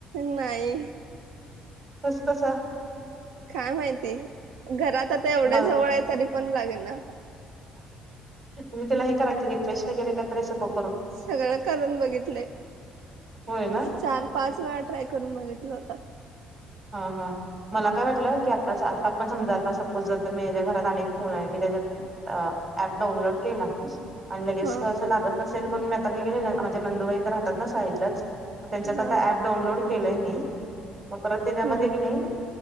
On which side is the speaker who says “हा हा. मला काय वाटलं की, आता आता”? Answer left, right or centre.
Right